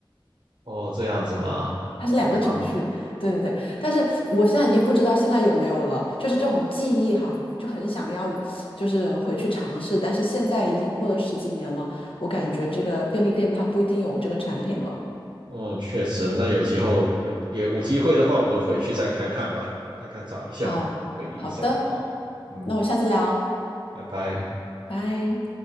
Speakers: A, on the right; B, on the left.
A: 哦，这样子吗？
B: 它是两个程序，
A: 好吧，
B: 对对对。但是我现在已经不知道现在有没有了，就是这种记忆哈，就很想要，就是回去尝试。但是现在已经过了十几年了，我感觉这个便利店它不一定有这个产品了。
A: 嗯，确实，那有机会有有有机会的话，我们回去再看看吧，看看找一下，
B: 好，
A: 回忆一下。
B: 好的，
A: 好，嗯，
B: 那我下次聊，
A: 拜拜。
B: 拜。